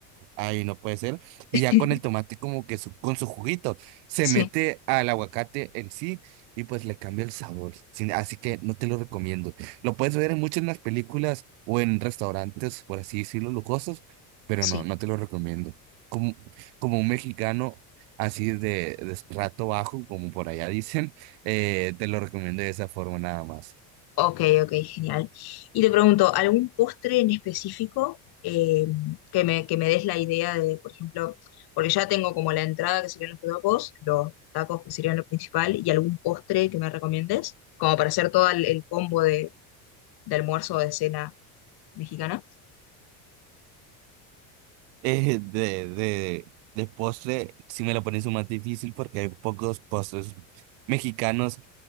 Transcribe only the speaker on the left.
<laughs>
Sí,
sí.
Ok, ok, genial. Y te pregunto, ¿algún postre en específico eh, que me, que me des la idea de, por ejemplo, porque ya tengo como la entrada que serían los tacos, los tacos que serían lo principal, y algún postre que me recomiendes, como para hacer todo el, el combo de, de almuerzo o de cena mexicana?